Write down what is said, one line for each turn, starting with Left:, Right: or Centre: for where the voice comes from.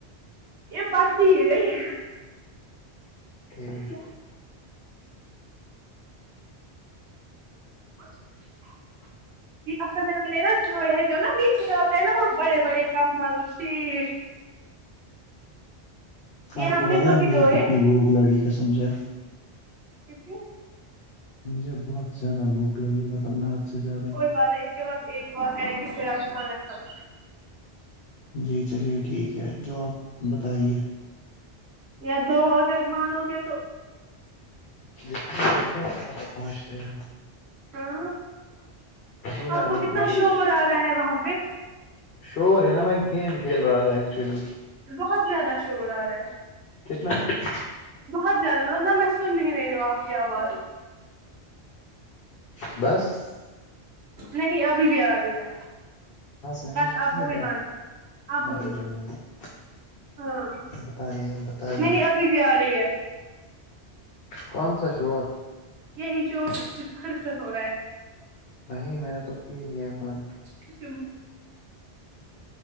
Right: یہ بقی رہے
Left: ٹھیک
Right: <inaudible> <inaudible> یہل نا جو جو نا میٹ ڈالتے ہے نا وہ بڑے بڑے کمل سیر یہ
Left: آپ
Right: ہم
Left: کو
Right: نے
Left: بتایا
Right: وہی
Left: مجھے
Right: دھوئے
Left: کتنی بھوک لگی کسم سے
Right: کتنے
Left: مجھے بہت زیادہ بھوک لگی ملب اپنا ہاتھ سے زیادہ
Right: کوئی بات نہیں اس کے بعد ایک اور کریں کہ سراپ کھانا کھان
Left: جی چلیے ٹھیک ہے جو آپ بتائیے
Right: یا دو اگر مانو گے تو
Left: ل آ پہنچتے ہیں
Right: ہاں
Left: اصل میں
Right: آپ
Left: اگر
Right: کو کتنا
Left: مجھے
Right: شور آ رہا ہے وہاں پہ
Left: شور ہے نا میں گیم کھیل رہا تھا ایکچولی
Right: بہت زیادہ شور آ رہا ہے
Left: <unintelligible>
Right: بہت زیادہ مطلب نہ نہ سن رہ میری وہ آپ کی آواز
Left: بس
Right: نہیں ابھی بھی آ رہ گا
Left: میں
Right: بس
Left: نے کی
Right: ابوی بند ابوی
Left: ہاں جی
Right: بند
Left: ہاں جی
Right: ہاں
Left: بتائیے بتائیے
Right: نہیں ابھی بھی آ رہی ہے
Left: کو سا چ اور
Right: یہ ہشور میں کچھ کرخ ہو رہا ہے
Left: نہیں میں نے تو کی گیم بند
Right: کچھا